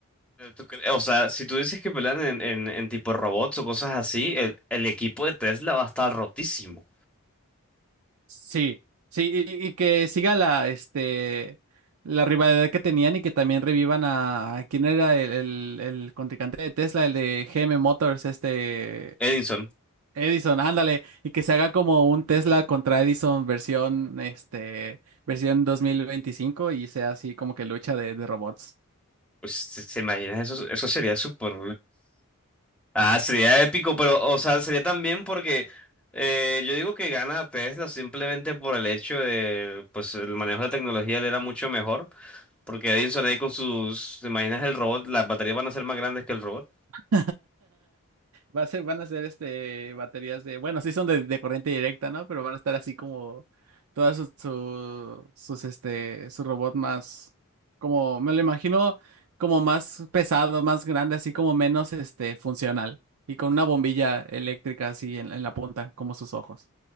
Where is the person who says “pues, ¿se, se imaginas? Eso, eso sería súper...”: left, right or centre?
Centre